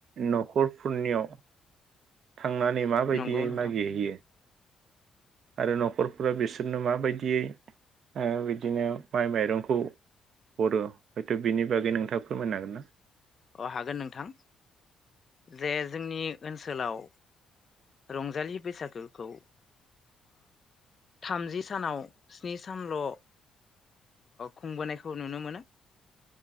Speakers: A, on the right (about 65°); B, on the left (about 45°).
A: न'खरफोरनियाव थांनानै माबायदियै
B: नंगौ नोंथां
A: मागिरहैयो? आरो न'खरफोरा बिसोरनो माबायदियै ओ बिदिनो माइ माइरंखौ हरो हयथ बिनि बागै नोंथाङा फोरमायनो हागोन ना?
B: हागोन नोंथां जे जोंनि ओनसो सोलाव रंजालि बैसागोखौ थामजि सानाव स्नि सानल खुंबोनायखौ नुनो मोनो